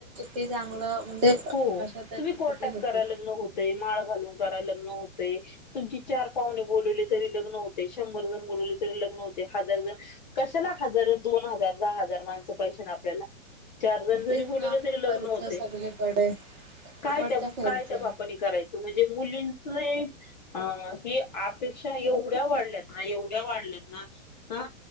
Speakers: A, on the right (about 25°); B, on the left (about 35°).
A: ते चांगलं म्हणजे
B: हो
A: कश तरी
B: तुम्ही कोर्टात
A: होते
B: करा लग्न माळ घालून कराय लग्न होते तुमची चार पाहुणे बोलवले तरी लग्न होते ते शंभर जण बोलवले तरी लग्न हो हजारण कशाला हजार दोन हजार दहा हजार माणसं पैश ना आपल्याला चार जण जरी
A: तेच
B: बोलले
A: ना
B: तरी लग्न
A: खर्च
B: होते
A: सगळीकडे फुकटचा
B: काय त्या
A: खर्च
B: काय त्या बापानी करायच म्हणजे मुलींच अ ही अपेक्षा एवढ्या वाढल्यात ना एवढ्या वाढल्यात ना का